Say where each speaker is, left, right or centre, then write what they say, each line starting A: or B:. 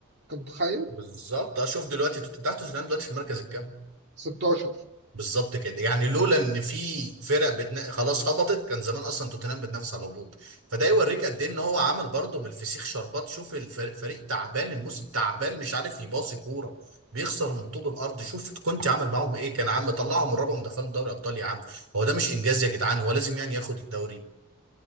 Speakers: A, on the right; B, on the right.
A: أنت متخيل؟
B: بالظبط أشوف دلوقتي توت- تحت توتنهام دلوقتي في المركز الكام
A: 16
B: بالظبط كده يعني لولا ان في فرق بتنا... خلاص هبطت كان زمان اصلا توتنهام بتنافس على الهبوط فده يوريك قد ايه ان هو عمل برضه من الفسيخ شربات شوف الفريق فريق تعبان الموسم تعبان مش عارف يباصي كوره بيخسر من طوب الارض شوف كنت عمل معاهم ايه كان عم طلعهم من الرابع ودخلهم دوري ابطال يا عم هو ده مش انجاز يا جدعان هو لازم يعني ياخد الدوري